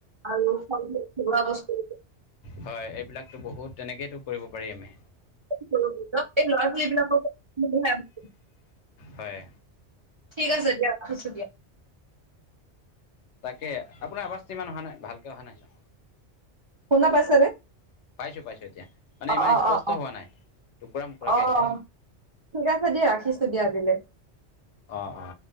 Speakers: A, on the right; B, on the left.
A: আৰু <unintelligible> ঘৰুৱা বস্তু।
B: হয়, এইবিলাকতো বহুত তেনেকেইতো কৰিব পাৰি আমি।
A: <unintelligible> লৰা-ছোৱালি বিলাকেতো <unintelligible>
B: হয়।
A: ঠিক আছে দিয়া, ৰাখিছো দিয়া।
B: তাকে আপোনাৰ আৱাজটো ইমান অহা নাই, ভালকে অহা নাই।
A: শুনা পাইছানে?
B: পাইছো পাইছো এতিয়া, মানে
A: অ',
B: ইমান
A: অ',
B: স্পষ্ট
A: অ',
B: হোৱা নাই টুকুৰা মুকুৰাকে
A: অ',
B: আছে।
A: ঠিক আছে দিয়া, ৰাখিছো দিয়া আজিলে।
B: অ', অ'।